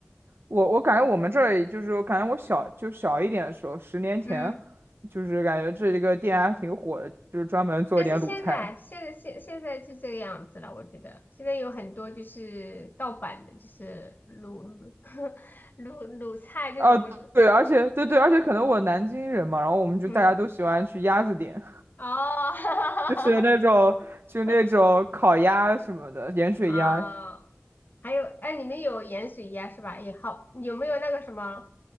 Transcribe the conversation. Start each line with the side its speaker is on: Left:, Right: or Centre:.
Right: 我我感觉我们这儿就是我感觉我小就小一点的时候，十年前，
Left: 嗯。
Right: 就是感觉这一个店还挺火的，就是专门做一点卤菜。
Left: 但是现在现在现现在就这个样子了，我觉得现在有很多就是盗版的，就是卤 <laughs> 卤卤菜这种，
Right: 啊，
Left: 我
Right: 对，而且对对，而且可能我南京人嘛，然后我们就大家都喜欢去鸭子店，
Left: 嗯哦。
Right: <laughs> 就是那种就那种烤鸭什么的，
Left: <laughs>
Right: 盐水鸭。
Left: 啊，还有，哎，你们有盐水鸭是吧？也好，有没有那个什么，